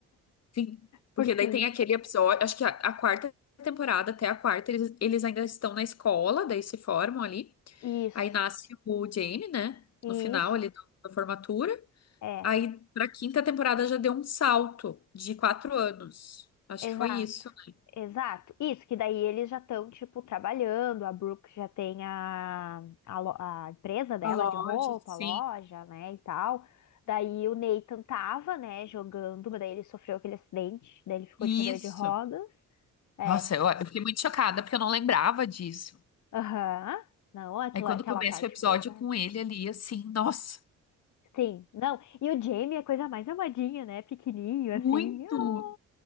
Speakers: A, on the left; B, on the left.
A: Sim,
B: Porque
A: porque daí tem aquele episódio, acho que a, a quarta temporada, até a quarta, eles, eles ainda estão na escola, daí se formam ali.
B: isso,
A: Aí nasce o Jamie, né?
B: isso,
A: No final ali da, da formatura.
B: é.
A: Aí pra quinta temporada já deu um salto de quatro anos. Acho
B: Exato,
A: que foi isso, né?
B: exato. Isso, que daí eles já estão, tipo, trabalhando, a Brooke já tem a, a, lo- a empresa dela
A: A loja,
B: de roupa,
A: sim.
B: a loja, né, e tal. Daí o Nathan tava, né, jogando, mas daí ele sofreu aquele acidente, daí ele ficou
A: Isso.
B: de cadeira de rodas. É,
A: Nossa, eu, eu fiquei muito chocada porque eu não lembrava disso.
B: aham. Não, aquilo,
A: Aí quando
B: aquela
A: começa
B: parte
A: o episódio
B: foi dark.
A: com ele ali, assim, nossa,
B: Sim, não. E o Jamie é a coisa mais amadinha, né, pequenininho,
A: muito.
B: assim. Ah,